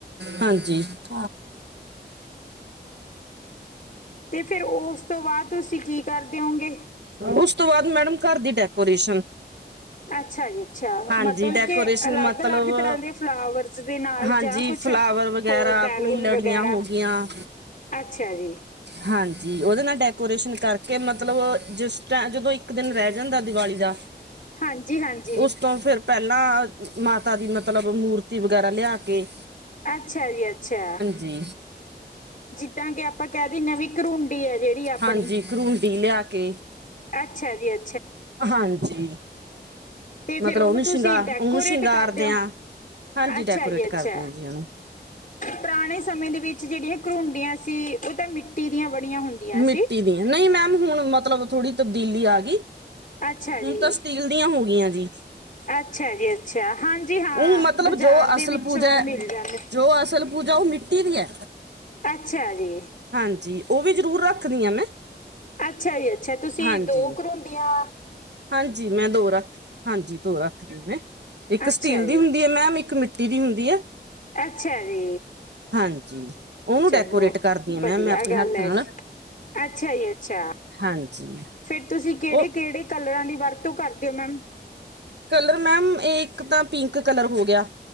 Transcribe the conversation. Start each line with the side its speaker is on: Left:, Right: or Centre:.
Right: ਹਾਂਜੀ। ਦ <inaudible>
Left: ਤੇ ਫਿਰ ਉਸ ਤੋਂ ਬਾਅਦ ਤੁਸੀਂ ਕੀ ਕਰਦੇ ਹੋਂਗੇ?
Right: ਉਸ ਤੋਂ ਬਾਅਦ ਮੈਡਮ ਘਰ ਦੀ ਡੈਕੋਰੇਸ਼ਨ।
Left: ਅੱਛਾ ਜੀ ਅੱਛਾ
Right: ਹਾਂਜੀ
Left: ਮਤਲਬ
Right: ਡੈਕੋਰੇਸ਼ਨ
Left: ਕੇ ਅਲੱਗ-ਅਲੱਗ
Right: ਮਤਲਬ
Left: ਤਰ੍ਹਾਂ ਦੇ ਫਲਾਵਰਸ ਦੇ ਨਾਲ
Right: ਹਾਂਜੀ
Left: ਜਾਂ ਕੁਛ
Right: ਫਲਾਵਰ ਵਗੈਰਾ,
Left: ਹੋਰ ਬੈਲੂਨ
Right: ਕੋਈ ਲੜੀਆਂ
Left: ਵਗੈਰਾ,
Right: ਹੋਗਿਆਂ।
Left: ਅੱਛਾ ਜੀ।
Right: ਹਾਂਜੀ ਉਹਦੇ ਨਾਲ ਡੈਕੋਰੇਸ਼ਨ ਕਰਕੇ, ਮਤਲਬ ਜਿਸ ਟ ਜਦੋਂ ਇੱਕ ਦਿਨ ਰਹਿ ਜਾਂਦਾ ਦੀਵਾਲੀ ਦਾ।
Left: ਹਾਂਜੀ-ਹਾਂਜੀ,
Right: ਉਸ ਤੋਂ ਫਿਰ ਪਹਿਲਾਂ ਮਾਤਾ ਦੀ ਮਤਲਬ ਮੂਰਤੀ ਵਗੈਰਾ ਲਿਆ ਕੇ
Left: ਅੱਛਾ ਜੀ ਅੱਛਾ।
Right: ਜੀ।
Left: ਜਿੱਦਾਂ ਕਿ ਆਪਾਂ ਕਹਿ ਦੇਨੇ ਆ ਵੀਂ ਕਰੂੰਡੀ ਹੈ ਜਿਹੜੀ ਆਪਣੀ,
Right: ਹਾਂਜੀ ਕਰੂੰਡੀ ਲਿਆ ਕੇ
Left: ਅੱਛਾ ਜੀ ਅ
Right: ਹਾਂਜੀ।
Left: ਤੇ ਫੇਰ
Right: ਮਤਲਬ
Left: ਓਨੂੰ
Right: ਉਹਨੂੰ
Left: ਤੁਸੀਂ
Right: ਸ਼ਿੰਗਾਰ
Left: ਡੈਕੋਰੇਟ
Right: ਉਹਨੂੰ ਸ਼ਿੰਗਾਰਦੇ
Left: ਕਰ ਦੇ ਓ
Right: ਹਾਂ ਹਾਂਜੀ
Left: ਅੱਛਾ
Right: ਡੈਕੋਰੇਟ
Left: ਜੀ ਅੱਛਾ।
Right: ਕਰਦੇ ਹਾਂ ਜੀ ਉਹਨੂੰ
Left: ਪੁਰਾਣੇ ਸਮੇਂ ਦੇ ਵਿੱਚ ਜੇੜੀਆਂ ਘਰੁੰਡੀਆਂ ਸੀ, ਓ ਤਾਂ ਮਿੱਟੀ ਦੀਆਂ ਬਨੀਆਂ ਹੁੰਦੀਆਂ
Right: ਮਿੱਟੀ
Left: ਸੀ।
Right: ਦੀਆਂ ਨਈ ਮੈਮ ਹੁਣ ਮਤਲਬ ਥੋੜੀ ਤਬਦੀਲੀ ਆ ਗਈ।
Left: ਅੱਛਾ ਜੀ।
Right: ਹੁਣ ਤਾਂ ਸਟੀਲ ਦੀਆਂ ਹੋ ਗਈਆਂ ਜੀ।
Left: ਅੱਛਾ ਜੀ ਅੱਛਾ, ਹਾਂਜੀ ਹਾਂ
Right: ਉਹ ਮਤਲਬ
Left: ਬਾਜ਼ਾਰ
Right: ਜੋ
Left: ਦੇ
Right: ਅਸਲ
Left: ਵਿੱਚੋਂ
Right: ਪੂਜਾ
Left: ਮਿਲ ਜਾਂਦੇ
Right: ਜੋ ਅਸਲ ਪੂਜਾ ਓ ਮਿੱਟੀ ਦੀ ਐ।
Left: ਅੱਛਾ ਜੀ।
Right: ਹਾਂਜੀ, ਓ ਵੀ ਜ਼ਰੂਰ ਰੱਖਦੀ ਐ ਮੈਂ
Left: ਅੱਛਾ ਜੀ ਅੱਛਾ, ਤੁਸੀਂ
Right: ਹਾਂਜੀ
Left: ਦੋ ਕਰੁੰਡੀਆਂ
Right: ਹਾਂਜੀ ਮੈਂ ਦੋ ਰੱਖ ਹਾਂਜੀ ਦੋ ਰੱਖਦੀਆ ਮੈਂ, ਇੱਕ
Left: ਅੱਛਾ
Right: ਸਟੀਲ
Left: ਜੀ
Right: ਦੀ ਹੁੰਦੀ ਐ ਮੈਮ ਇੱਕ ਮਿੱਟੀ ਮਿੱਟੀ ਦੀ ਹੁੰਦੀ ਐ।
Left: ਅੱਛਾ ਜੀ।
Right: ਹਾਂਜੀ ਓਨੂੰ
Left: ਚਲੋ
Right: ਡੈਕੋਰੇਟ ਕਰਦੀ ਆ ਮੈ
Left: ਵਧੀਆ
Right: ਮੈਂਮ ਆਪਣੇ
Left: ਗੱਲ
Right: ਹੱਥ
Left: ਹੈ
Right: ਨਾਲ
Left: ਜੀ ਅੱਛਾ ਜੀ ਅੱਛਾ।
Right: ਹਾਂਜੀ।
Left: ਫੇਰ ਤੁਸੀਂ ਕੇੜੇ-ਕੇੜੇ
Right: ਉਹ
Left: ਕਲਰਾਂ ਦੀ ਵਰਤੋਂ ਕਰਦੇ ਓ ਮੈਮ?
Right: ਕਲਰ ਮੈਮ ਇੱਕ ਤਾਂ ਪਿੰਕ ਕਲਰ ਹੋ ਗਿਆ।